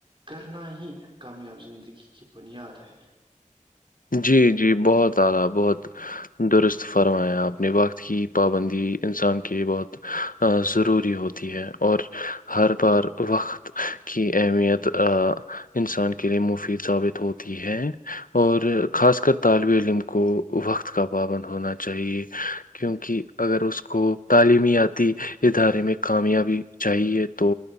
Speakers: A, on the right; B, on the left.
A: کرنا ہی کامیاب زندگی کی بنیاد ہے
B: جی جی بہت ارہا بہت درست فرمایا آپ نے وقت کی پابندی انسان کےے بہت ضروری ہوتی ہے اور ہر بار وقت کی اہمیت انسان کے لیے مفید ثابت ہوتی ہے اور اور خاص کر طالب علم کو وقت کا پابند ہونا چاہیے کیونکہ اگر اس کو تعلیمیاتی ادارے میں کامیابی چاہیے تو